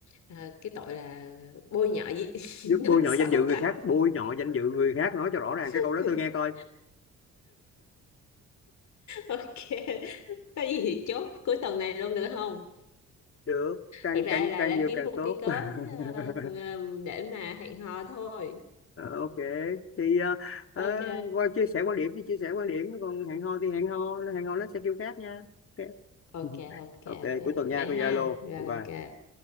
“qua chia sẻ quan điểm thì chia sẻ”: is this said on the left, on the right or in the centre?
Left